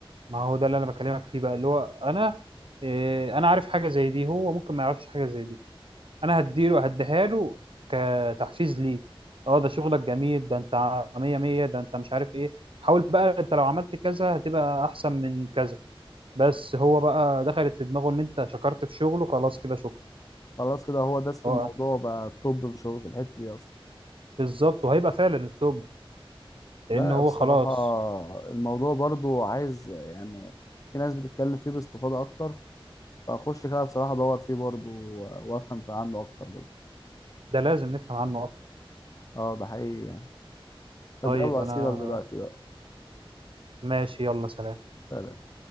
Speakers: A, on the right (about 65°); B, on the left (about 35°).
A: ما هو ده اللي أنا بكلمك فيه بقى اللي هو أنا آه، أنا عارف حاجة زي دي هو ممكن ما يعرفش حاجة زي دي انا هديله هديها له كتحفيز ليه اه ده شغلك جميل ده انت مية مية ده انت مش عارف ايه حاول بقى انت لو عملت كذا هتبقى احسن من كذا بس هو بقى دخلت في دماغه ان انت شكرت في شغله خلاص كده شكرا
B: خلاص كده هو داس في
A: هو
B: الموضوع بقى الطب في شغله في الحته دي اصلا
A: بالظبط وهيبقى فعلا التوب لان
B: لا
A: هو
B: بصراحه
A: خلاص
B: الموضوع برضو عايز يعني في ناس بتتكلم فيه باستفاضه اكتر فاخش كده بصراحه ادور فيه برضو وافهم عنه اكتر برضو
A: ده لازم نفهم عنه اكتر
B: اه ده حقيقي يعني طب
A: طيب
B: يلا
A: انا
B: اسيبك دلوقتي بقى
A: ماشي يلا سلام
B: سلام.